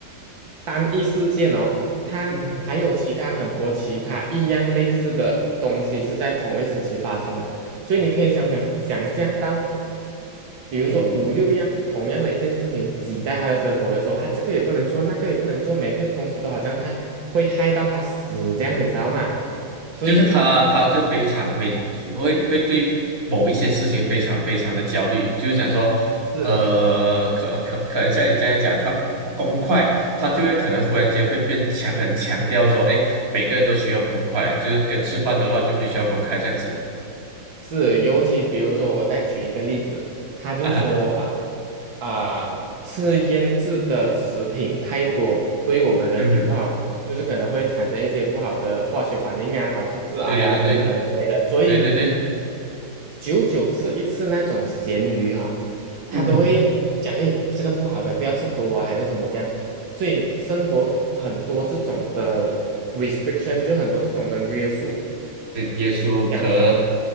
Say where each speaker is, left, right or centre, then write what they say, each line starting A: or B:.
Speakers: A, on the right; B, on the right.
A: 单一事件哦，它还有其他很多其他一样类似的东西是在同一时期发生的，
B: 嗯哼，
A: 所以你可以想想想象到，
B: 嗯
A: 比如说五六样同样的一件事情挤在他的生活的时候，
B: 嗯。
A: 他这个也不能做，那个也不能做，每个东西都好像害会害到他死这样，你知道吗？所以。
B: 就是他，他就非常每会会对某一些事情非常非常的焦虑，就是想说，
A: 是
B: 呃，可可可能像你这样讲，他公筷，他就会可能忽然间会变强，很强调说，哎，每个人都需要公筷，就是跟吃饭的话就必须要公筷这样子
A: 对，是，尤其比如说，我再举一个例子，他就说啊
B: 啊哈，
A: 啊，吃腌制的食品太多，对于我们人体不好，
B: 嗯哼
A: 就是可能会产生一些不好的化学反应啊，导致致癌啊等等之类的。
B: 对对对对
A: 所以
B: 对对对，
A: 久久吃一次那种咸鱼啊，他都会讲，
B: 嗯哼，
A: 哎，这个不好的，不要吃多啊，还是什么这样。所以生活很多这种的 restriction，就很多这种的约束，
B: 对耶稣和
A: 这样子咯